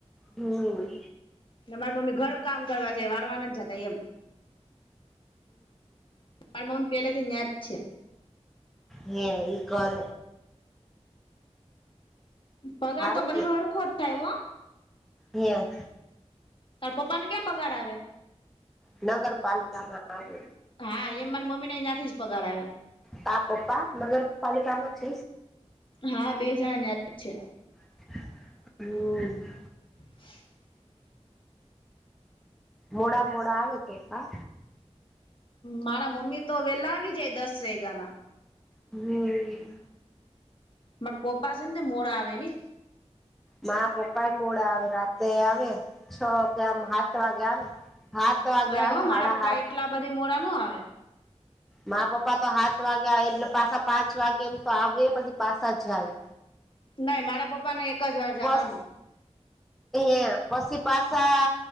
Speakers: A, in the centre; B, on the left.
A: હમ
B: મારી મમ્મી ઘર કામ કરવા છે વારવારન જ જતા એમ. માર મમી પેલેથી યાં છે.
A: હે ઈ કરો.
B: પગાર
A: હારું
B: તો બધી તમારે ખોટ થાય હો.
A: એવું.
B: તાર પપ્પાને કેમ પગાર આવે.
A: નગરપાલિકામાં આવે
B: હા એ મારી મમ્મી ને અયાંથી જ પગાર આવે.
A: તા પપ્પા નગરપાલિકા માં છે.
B: હા બે જણા ન્યાતિ છે.
A: હમ્મ.
B: <inaudible>
A: મોડા મોડા આવે તો કા.
B: મારા મમ્મી તો વેલા આવી જાય દસ વેગયા મા.
A: હમ્મ.
B: મા પપ્પા છે ને મોરા આવે અલી.
A: મા પપ્પા એ મોડા આવે રાતે આવે. છ કે આમ હાત વાગે આવે હાત વાગે
B: નહી
A: આવે
B: હો મારા
A: હાડા
B: પપ્પા
A: હાથ.
B: એટલા બધી મોરા ન આવે.
A: મા પપ્પા તો હાત વાગે એટલે પાછા પાંચ વાગે એમ તો આવે પછી પાસા જાય
B: નહી મારા પપ્પા ને એક જ વાર જવાનું
A: પસ એ પછી પાસા